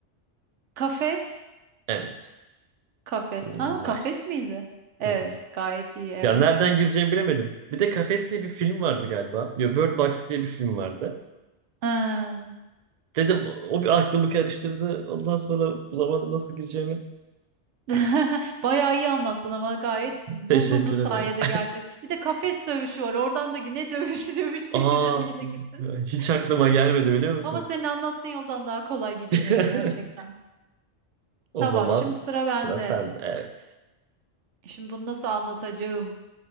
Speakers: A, on the right; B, on the right.
A: Kafes.
B: Evet.
A: Kafes.
B: Nice.
A: Ha kafes miydi? Evet
B: Hı hı.
A: gayet iyi evet.
B: Ya nereden gireceğimi bilemedim. Bir de Kafes diye bir film vardı galiba. Yo, Bird Box diye bir film vardı.
A: <laughs> Ha.
B: Dedim o bir aklımı karıştırdı. Ondan sonra bulamadım nasıl gireceğimi.
A: <laughs> Bayağı iyi anlattın ama gayet buldum
B: Teşekkür
A: bu sayede
B: ederim.
A: gerçek. Bir de kafes dövüşü var. Oradan da ne dövüşü <laughs> dövüş çeşidi
B: <laughs> Aa,
A: diye de girdin.
B: hiç aklıma gelmedi
A: <laughs>
B: biliyor musun?
A: Ama senin anlattığın yoldan daha kolay bilinirdi
B: <laughs>
A: gerçekten.
B: O
A: Tamam,
B: zaman
A: şimdi sıra bende.
B: sıra sende. Evet.
A: Şimdi bunu nasıl anlatacağım?